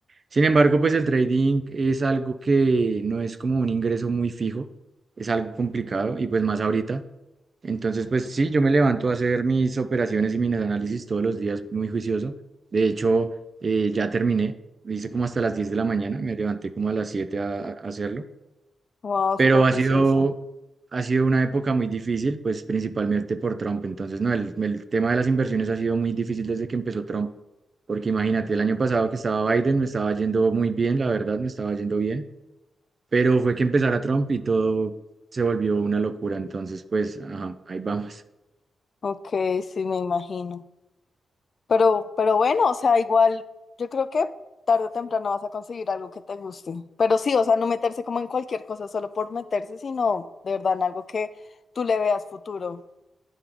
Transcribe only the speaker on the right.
Sin embargo, pues el trading es algo que no es como un ingreso muy fijo, es algo complicado y pues más ahorita. Entonces, pues sí, yo me levanto a hacer mis operaciones y mis análisis todos los días muy juicioso. De hecho, eh, ya terminé, hice como hasta las 10 de la mañana, me levanté como a las 7 a a hacerlo.
Pero
ha sido, ha sido una época muy difícil, pues principalmente por Trump. Entonces, no, el, el tema de las inversiones ha sido muy difícil desde que empezó Trump, porque imagínate, el año pasado que estaba Biden me estaba yendo muy bien, la verdad, me estaba yendo bien, pero fue que empezara Trump y todo se volvió una locura. Entonces, pues, ajá, ahí vamos.